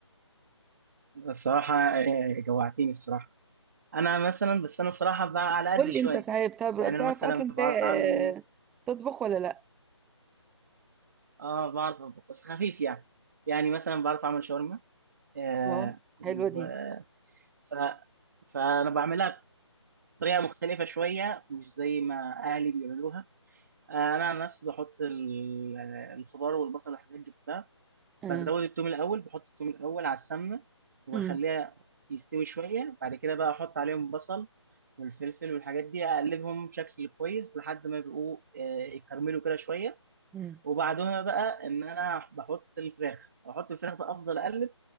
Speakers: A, on the right; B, in the centre.
A: الصراحه آه، جوعتيني الصراحه انا مثلا بس انا الصراحه بقى على قد
B: قول
A: شويه
B: لي انت صحيح بتعرف
A: يعني
B: بتعرف
A: انا مثلا
B: اصلا
A: بعرف
B: تا-
A: اعمل
B: آه، تطبخ ولا لا
A: اه بعرف أطبخ، بس خفيف يعني يعني مثلا بعرف اعمل شاورما آه
B: اه
A: و...
B: حلوة دي
A: ف... فانا بعملها طريقة مختلفة شوية مش زي ما أهلي بيعملوها أنا عن نفسي بحط ال- الخضار والبصل والحاجات دي كلها
B: اه
A: بزود التوم الأول بحط التوم الأول على السمنة وبخليها
B: امم
A: يستوي شوية بعد كده بقى أحط عليهم بصل والفلفل والحاجات دي أقلبهم بشكل كويس لحد ما يبقوا آه، يكرملوا كده شوية
B: امم
A: وبعدها بقى إن أنا بحط الفراخ بحط الفراخ بقى أفضل أقلب